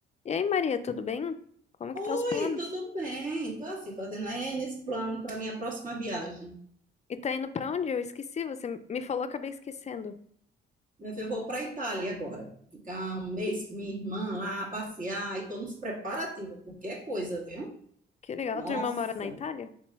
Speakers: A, on the left; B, on the right.
A: E aí, Maria, tudo bem? Como
B: Oi,
A: que tá os planos?
B: tudo bem? Estou assim, fazendo N esse plano para minha próxima viagem.
A: E tá indo pra onde? Eu esqueci, você me falou, acabei esquecendo.
B: Meu filho, eu vou para a Itália agora. Ficar um mês com minha irmã lá, passear, e estou nos preparativos, porque é coisa, viu?
A: Que legal,
B: Nossa!
A: tua irmã mora na Itália?